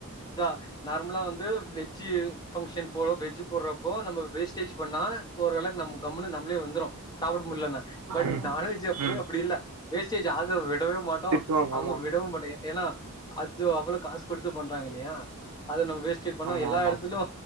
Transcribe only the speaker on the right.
ம்
ம்
திட்டுவாங்க
ஆமா
ஆமா
ஆமா